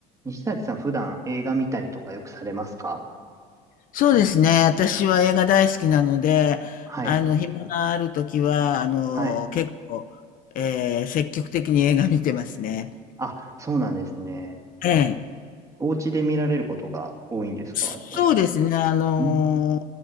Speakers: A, on the right (about 20°); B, on the left (about 55°).
A: 西崎さん、普段映画見たりとかよくされますか
B: そうですね。私は映画大好きなので、
A: はい。
B: あの、暇があるときは、あの、
A: はい。
B: 結構、えー積極的に映画見てますね。
A: あ、そうなんですね。
B: ええ。
A: お家で見られることが多いんですかやっぱり。
B: そうですね。あの
A: うん